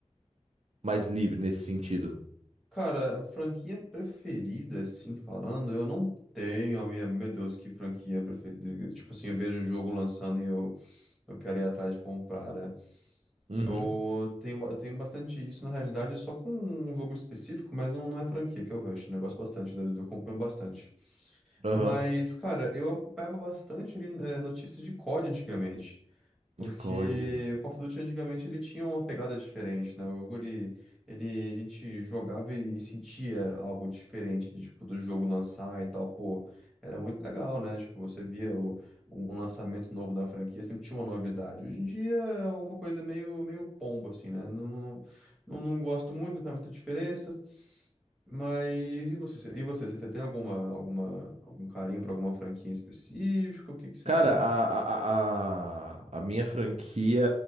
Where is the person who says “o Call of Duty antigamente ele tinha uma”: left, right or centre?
Centre